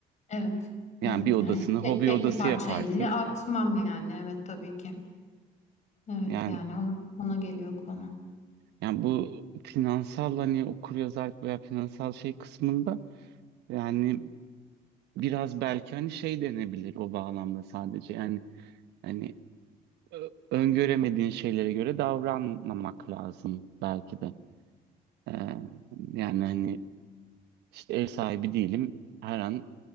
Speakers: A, on the left; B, on the right.
A: Evet.
B: Yani
A: Evet
B: bir odasını
A: yani
B: hobi
A: tek, tek
B: odası
A: bir parçayı
B: yaparsın.
A: bile atmam yani. Evet tabii ki. Evet
B: Yani
A: yani ona, ona geliyor konu.
B: yani bu finansal hani okuryazarlık veya finansal şey kısmında yani biraz belki hani şey denebilir o bağlamda sadece yani hani Ö- öngöremediğin şeylere göre davranmamak lazım belki de. Ee, yani hani işte ev sahibi değilim. Her an